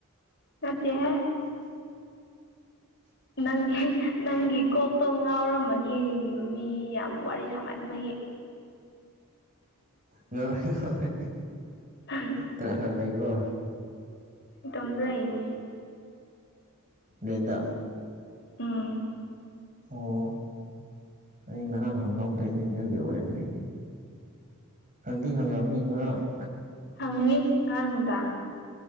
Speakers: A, on the left (about 50°); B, on the right (about 35°).
A: ꯇꯠꯇꯦꯍꯦ ꯅꯪꯒꯤ ꯅꯪꯒꯤ ꯀꯣꯛꯇꯣ ꯉꯥꯎꯔꯝꯃꯅꯤꯌꯦ ꯃꯤ ꯌꯥꯝ ꯋꯥꯔꯤ ꯁꯥꯃꯟꯕꯒꯤ
B: ꯉꯥꯎꯔꯦ ꯉꯥꯎꯔꯦ
A: 'uintelligible'
B: ꯀꯅꯥ ꯀꯅꯥ ꯂꯩꯕ꯭ꯔꯣ
A: ꯏꯇꯣꯝꯗ ꯂꯩꯔꯤꯅꯤ
B: ꯂꯦꯟꯗ
A: ꯎꯝ
B: ꯑꯣ ꯑꯩ ꯉꯔꯥꯡ ꯍꯪꯍꯧꯗ꯭ꯔꯦꯅꯦ ꯑꯗꯨꯗꯤ ꯑꯣꯏꯔꯅꯤ ꯍꯪꯗꯤ ꯍꯪꯂꯝꯅꯤ ꯉꯔꯥꯡ
A: ꯍꯪꯉꯤ ꯉꯔꯥꯡ ꯅꯨꯗꯥꯡ